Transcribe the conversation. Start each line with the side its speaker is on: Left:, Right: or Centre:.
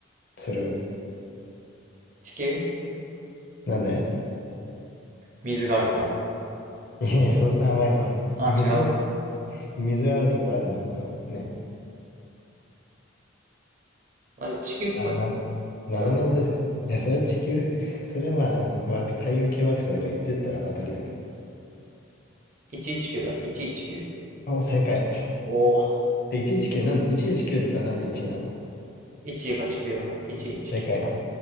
Left: する。
Right: 地球
Left: なんで
Right: 水があるから。
Left: <laughs> いやいや、そんな甘いわ。
Right: あ、
Left: 水はね、
Right: 違う。
Left: 水はあるとこあるんだよ、他も。ね。
Right: まあでも地球っぽい
Left: あんな、
Right: な。
Left: なぞなぞですよ。
Right: 違う。
Left: いや、それは地球、それはまあ、惑太陽系惑星だから言ってったら当たるよね。
Right: 119だ。119。
Left: お、正解。
Right: おお、
Left: え119、なん、119だったらなんで1位なの
Right: 1が地球だから、119。
Left: 正解。